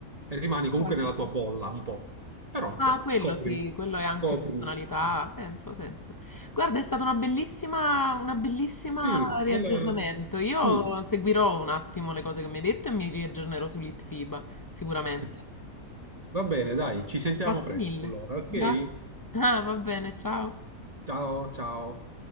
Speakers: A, on the right; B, on the left.
A: e rimani comunque
B: Guarda.
A: nella tua bolla un po'. Però, insomma,
B: Ah, quello
A: scopri,
B: sì, quello è anche
A: scopri.
B: personalità,
A: eh.
B: ha senso, ha senso. Guarda, è stata una bellissima, una bellissima
A: Sì,
B: riaggiornamento.
A: bella-
B: Io
A: mm.
B: seguirò un attimo le cose che mi hai detto e mi riaggiornerò sull'ITFIBA, sicuramente.
A: <laughs> Va bene, dai, ci sentiamo
B: Grazie
A: presto
B: mille.
A: allora, ok?
B: Grazie. Ah, va bene, ciao.
A: Ciao, ciao.